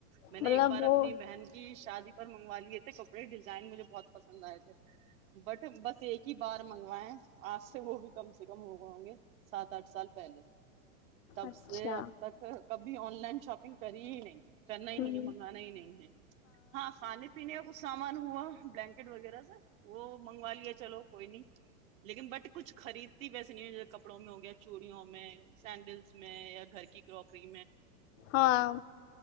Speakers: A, on the right; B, on the left.
A: میں
B: مطلب
A: نے ایک بار
B: وہ
A: اپنی بہن کی شادی پر منگوا لیے تھے کپڑے ڈیزائن مجھے بہت پسند آئے تھے بٹ بس ایک ہی بار منگوائے آج سے وہ بھی کم سے کم ہو گئے ہوں گے سات آٹھ سال پہلے تب
B: اچھا
A: سے اب تک کب ابھی آن لائن شاپنگ کری ہی نہیں کرنا ہی
B: ہوں
A: نہیں ہے منگانا ہی نہیں ہے ہاں کھانے پینے کا کچھ سامان ہوا بلینکٹ وغیرہ سے وہ منگوا لیا چلو کوئی نہیں لیکن بٹ کچھ خریدتی ویسے نہیں ہو کپڑوں میں ہو گیا چوڑیوں میں سینڈلس میں یا گھر کی کروکری
B: ہاں